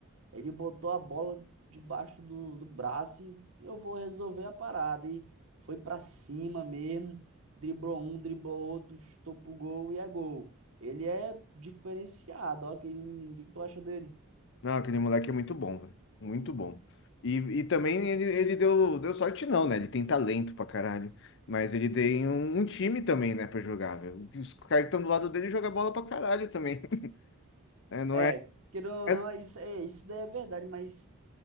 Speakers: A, on the right (about 70°); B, on the left (about 60°).
A: Ele botou a bola debaixo do, do braço e eu vou resolver a parada. E foi para cima mesmo, driblou um, driblou outro, chutou pro gol e é gol. Ele é diferenciado, ó, aquele menino. O que que tu acha dele?
B: Não, aquele moleque é muito bom, velho. Muito bom. E, e também ele, ele deu, deu sorte, não, né? Ele tem talento pra caralho. Mas ele tem um, um time também, né, pra jogar, velho. Os caras que estão do lado dele jogam bola pra caralho também. <laughs> É, não
A: É,
B: é,
A: querendo ou
B: é-
A: não, isso, é, isso daí é verdade, mas